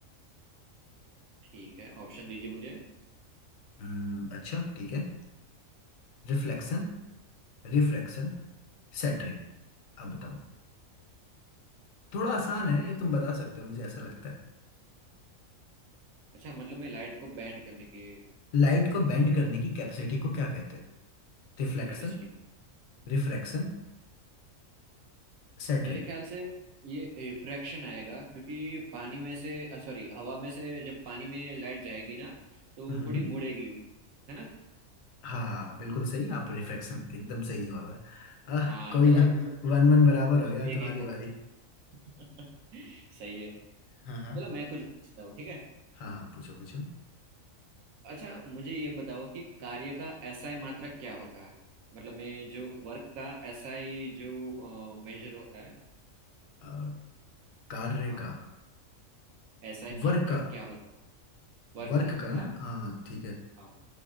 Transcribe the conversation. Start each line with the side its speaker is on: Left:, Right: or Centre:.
Right: ठीक है ऑप्शन दीजिए मुझे
Left: हम्म, अच्छा ठीक है रिफ्लेक्शन रिफ्रैक्शन सैटरिंग अब बताओ थोड़ा आसान है
Right: हाँ,
Left: ये तुम बता सकते हो मुझे ऐसा लगता है
Right: अच्छा मतलब मैं लाइट को बैंड करने के
Left: लाइट को बेंड करने की कैपेसिटी को क्या कहते हैं रिफ्लेक्शन
Right: कैपेसिटी को
Left: रिफ्रैक्शन सैटरिंग
Right: मेरे ख्याल से ये रिफ्रैक्शन आएगा क्योंकि पानी में से सॉरी हवा में से जब पानी में लाइट जाएगी ना तो
Left: हम्म
Right: थोड़ी मुड़ेगी है ना
Left: हाँ बिल्कुल सही आप रिफ्रैक्शन एकदम सही जवाब है आह
Right: हाँ
Left: कोई
Right: चलो
Left: ना
Right: दोनों
Left: वन वन बराबर
Right: दोनों
Left: हो गया
Right: का एक
Left: तुम्हारी
Right: एक हो
Left: बारी
Right: गया। <laughs> सही है
Left: हाँ
Right: चलो
Left: हाँ
Right: मैं कुछ पूछता हूँ ठीक है
Left: हाँ हाँ पूछो पूछो
Right: अच्छा मुझे ये बताओ कि कार्य का एसआई मात्रक क्या होता है मतलब मैं जो वर्क का एसआई जो मेजर होता है
Left: अ, कार्य
Right: हाँ
Left: का
Right: एसआई मात्रक
Left: वर्क का
Right: क्या होता है वर्क
Left: वर्क
Right: का
Left: का ना
Right: हाँ
Left: हाँ ठीक है
Right: हाँ